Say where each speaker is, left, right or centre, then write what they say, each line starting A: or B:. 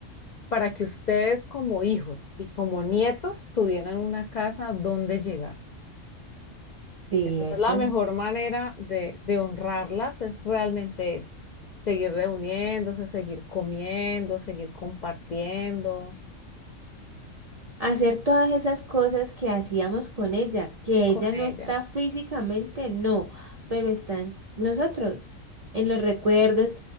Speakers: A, on the left; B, on the right.
A: para que ustedes como hijos y como nietos tuvieran una casa donde llegar.
B: sí,
A: Entonces,
B: eso.
A: la mejor manera de, de honrarlas es realmente esa, seguir reuniéndose, seguir comiendo, seguir compartiendo
B: hacer todas esas cosas que hacíamos con ella, que
A: con
B: ella
A: ella.
B: no está físicamente, no, pero están nosotros, en los recuerdos.